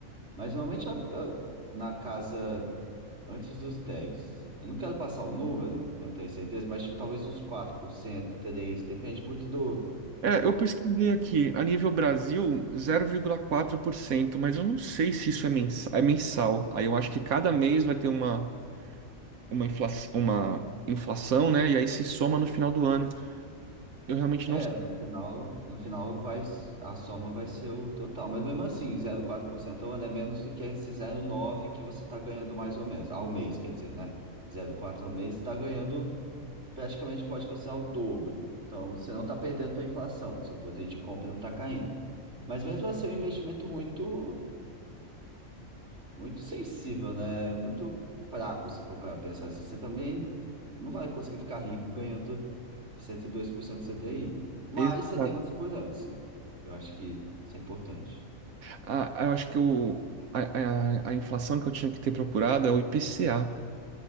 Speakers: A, on the right; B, on the right.
A: Mas normalmente ela fica na casa antes dos 10%. Eu não quero passar o número, que eu não tenho certeza, mas tipo, talvez uns 4%, 3%, depende muito do,
B: É, eu pesquisei aqui, a nível Brasil, 0,4%, mas eu não sei se isso é mensal, é mensal. Aí eu acho que cada mês vai ter uma, uma, infla, uma inflação, né? E aí se soma no final do ano. Eu realmente
A: É,
B: não sei.
A: no final, no final vai, a soma vai ser o total. Mas mesmo assim, 0,4% ao ano é menos do que esse 0,9 que você está ganhando mais ou menos, ao mês, quer dizer, né? 0,4 ao mês, você está ganhando praticamente pode considerar o dobro. Então, você não está perdendo para a inflação, seu poder de compra não está caindo. Mas mesmo assim, é um investimento muito muito sensível, né? Muito fraco, se for para pensar assim. Você também não vai conseguir ficar rico ganhando 102% CDI, mas
B: Exato.
A: você tem uma segurança. Eu acho que isso é importante.
B: Ah, eu acho que o a, a, a inflação que eu tinha que ter procurado é o IPCA,